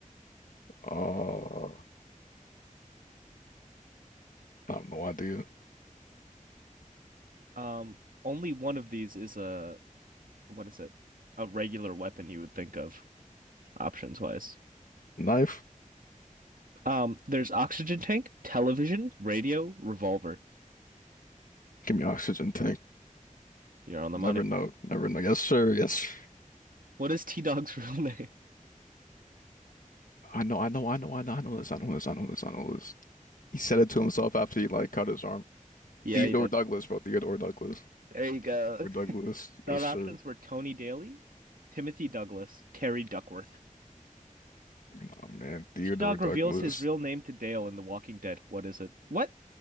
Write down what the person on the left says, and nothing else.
Uh, I have no idea.
Knife,
give me oxygen tank.
Never
know, never know. Yes, sir. Yes.
I know, I know, I know, I know, I know this, I know this, I know this, I know this. He said it to himself after he like cut his arm.
Theodore
Douglas, bro, Theodore Douglas.
Theodore Douglas,
yes, sir.
Nah, man, Theodore
Douglas.